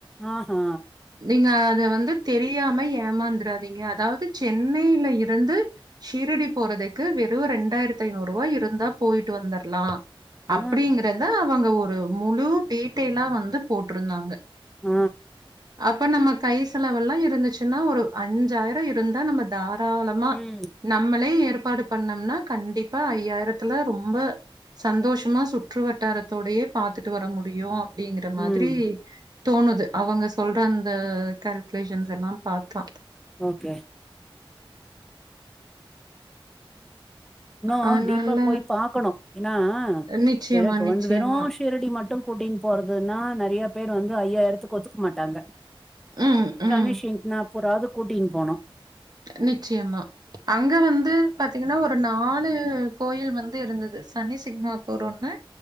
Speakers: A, in the centre; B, on the right.
A: ஆஹா!
B: நீங்க அத வந்து தெரியாம ஏமா தீங்க அதாவது சென்னையில இருந்து ஷீரடி போறதுக்கு வெறும் ரெண்டாயிரத்தி ஐநூறு ரூபா <unintelligible> இருந்தா போயிட்டு வந்துடலா
A: ஆ,
B: அப்படிங்கறத அவங்க ஒரு முழு டீட்டெயலா வந்து போட்ருந்தாங்க
A: ஆ.
B: அப்ப நம்ம கை செலவெல்லா இருந்துச்சுன்னா ஒரு அஞ்சாயிர இருந்தா நம்ம தாராளமா
A: ம்.
B: நம்மளே ஏ ஏற்பாடு பண்ணோம்னா கண்டிப்பா ஐயாயிரத்துல ரொம்ப சந்தோஷமா சுற்று வட்டாரத்தோடையே பாத்துட்டு வர முடியு அப்டிங்குற மாதிரி
A: ம்.
B: தோணுது அவுங்க சொல்ற அந்த கால்குலேஷன்ஸ் எல்லா பாத்தா
A: ஓகே இன்னு
B: அதனால
A: டீப்பா போய் பாக்கணு ஏன்னா
B: நிச்சயமா,
A: வெறு இப்ப
B: நிச்சயமா.
A: வந்து வெறு ஷீரடி மட்டு கூட்டின்னு போறதுன்னா நறையப் பேர் வந்து ஐயாயிரத்துக்கு ஒத்துக்க மாட்டாங்க
B: ம், ம்.
A: சனிஷின்ட்னா போறாது கூட்டின்னு போனு
B: நிச்சயமா அங்க வந்து பாத்தீங்கன்னா ஒரு நா லு கோயில் வந்து இருந்தது சனி சிக்மாஃபோர் ஒன்னு